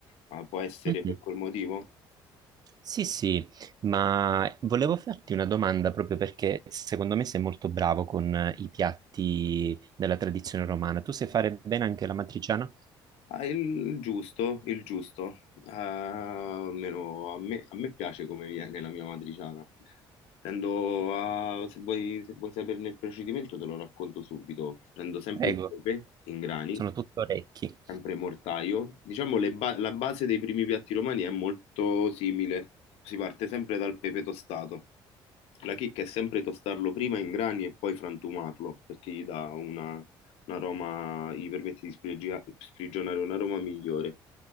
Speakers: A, on the left; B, on the right.
A: Ma può essere
B: Mhm.
A: per quel motivo?
B: Sì, sì, ma volevo farti una domanda proprio perché secondo me sei molto bravo con eh, i piatti della tradizione romana. Tu sai fare bene anche la matriciana?
A: Ah, il giusto, il giusto. Eh, almeno a me, a me piace come viene la mia matriciana. Tendo a- se vuoi, se vuoi saperne il procedimento, te lo racconto subito. Prendo sempre
B: Prego,
A: il pepe in grani,
B: sono tutto orecchi.
A: sempre mortaio. Diciamo le ba- la base dei primi piatti romani è molto simile. Si parte sempre dal pepe tostato. La chicca è sempre tostarlo prima in grani e poi frantumarlo, perché gli dà una, un aroma, gli permette di sprigionia- sprigionare un aroma migliore.